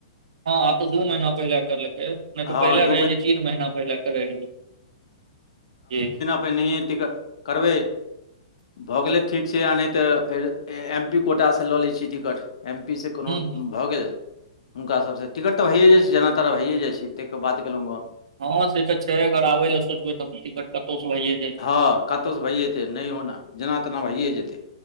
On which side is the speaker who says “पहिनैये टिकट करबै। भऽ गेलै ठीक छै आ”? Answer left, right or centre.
Left